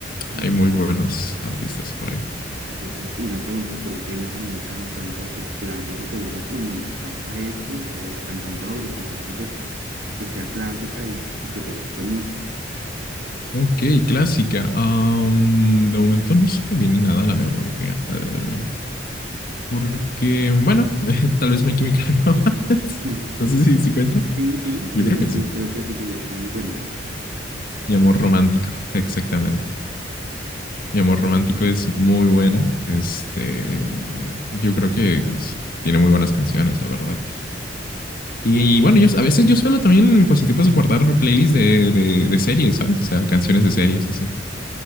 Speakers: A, on the right; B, on the left.
A: Bueno,
B: Hay muy buenos artistas por ahí.
A: y te creo. Y una pregunta, ¿tú no tienes algún cantante así clásico que digas, uy, me encanta este, o cantante o agrupación así que, que sea clásica y, y que te guste mucho? <laughs>
B: Ok, clásica. Am, de momento no se me viene nada a la memoria. eh, porque, bueno, <laughs> tal vez My Chemical Romance.
A: Mm.
B: <laughs> No sé si se cuenta.
A: Sí, sí, y
B: Yo creo que
A: y
B: sí.
A: yo creo que sí, que yo también cuenta.
B: Mi amor romántico, exactamente. Mi amor romántico es muy buena. Este, yo creo que es- tiene muy buenas canciones, la verdad. Y, bueno, yo a veces yo suelo también en mi pasatiempo es guardar playlists de, de, de series, ¿sabes? O sea, canciones de series y así.